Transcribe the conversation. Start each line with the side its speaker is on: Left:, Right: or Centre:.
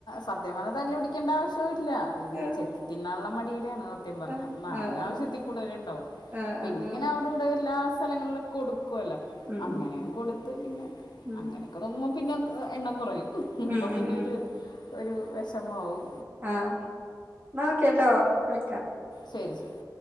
Left: സത്യം പറ തല്ല്പിടി ണ്ടാവശ്യവി ല്ല. ഇത്
Right: ആഹ്
Left: ചെത്തി തിന്നാൻള്ള മടി യാണ സത്യം പറഞ്ഞാ
Right: ആഹ്
Left: മാങ്ങ
Right: ആഹ്
Left: ആവശ്യത്തി കൂടുതല്ണ്ടാവും.
Right: ആഹ്
Left: പിന്നിങ്ങനെ
Right: ആഹ് ആഹ്
Left: അവിടെ ഇവിടെ എല്ലാ സ്ഥലങ്ങളിൽ കൊടു ക്കാല്ലോ
Right: ഉം
Left: അങ്ങനെയും കൊടുത്ത് പിന്നെ
Right: ഉം
Left: അങ്ങനൊക്കെ നോ പിന്നെ എണ്ണം കൊറയും ഹ്
Right: ഉം
Left: ഹ്
Right: ഉം
Left: പിന്നൊരു ഒരു വെഷമാവും
Right: ആ ന്നാ ഓക്കെ ട്ടോ വിളിക്കാ
Left: ശെരി ശെരി